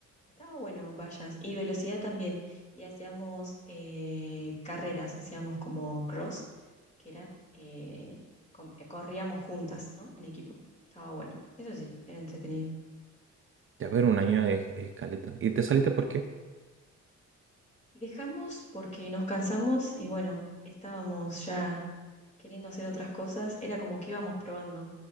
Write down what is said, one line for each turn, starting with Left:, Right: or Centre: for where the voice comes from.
Left: estaba bueno, vallas. Y velocidad también. Y hacíamos eh, carreras, hacíamos como cross, que era, eh, com- eh, corríamos juntas, ¿no? En equipo. Estaba bueno. Eso sí, era entretenido.
Right: ya, pero un año es, es caleta. ¿Y te saliste por qué?
Left: Dejamos porque nos cansamos y bueno, estábamos ya queriendo hacer otras cosas, era como que íbamos probando.